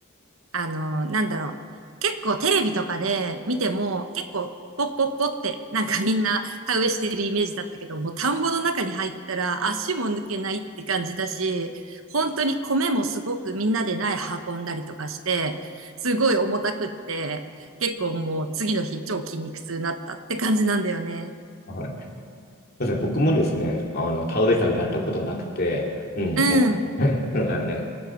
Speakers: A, on the right; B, on the left.
A: あの、なんだろう。結構テレビとかで見ても、結構ポッポッポってなんかみんな田植えしてるイメージだったけど、もう田んぼの中に入ったら足も抜けないって感じだし、本当に米もすごくみんなで苗運んだりとかして、すごい重たくって、結構もう次の日超筋肉痛になったって感じなんだよね。
B: はい。そうですね。僕もですね、あの、田植え旅やったことなくて、うん。
A: うん。
B: もう <laughs> うんあの <laughs> ね、